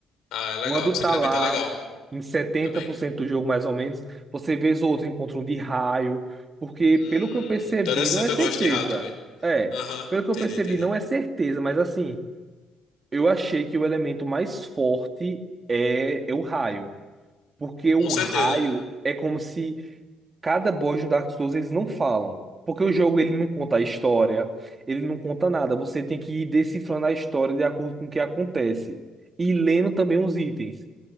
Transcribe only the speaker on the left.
Ah, é legal.
Sangramento
é legal
também.
Hum,
interessante.
Eu gosto de raio também.
Aham,
entendi,
entendi.
Com certeza.